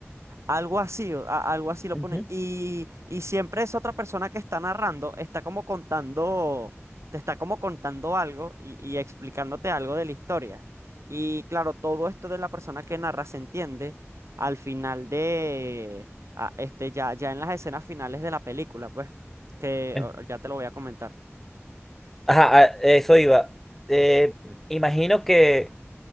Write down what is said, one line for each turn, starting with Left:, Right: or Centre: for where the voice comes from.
Right: Algo así, o- a- algo así lo
Centre: Ujú.
Right: ponen. Y, y siempre es otra persona que está narrando, está como contando, te está como contando algo y, y explicándote algo de la historia. Y claro, todo esto de la persona que narra se entiende al final de, a- este, ya, ya en las escenas finales de la película, pues, que
Centre: En-
Right: o- ya te lo voy a comentar.
Centre: Ajá, a eso iba. Eh, imagino que